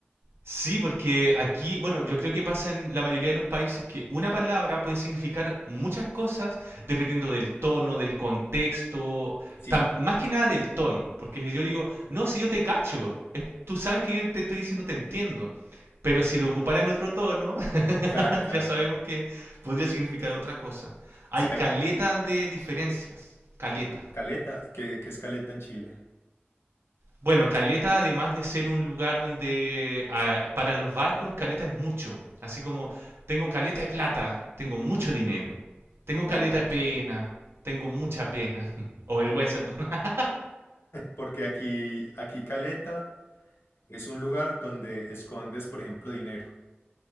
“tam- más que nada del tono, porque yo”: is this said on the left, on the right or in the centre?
Right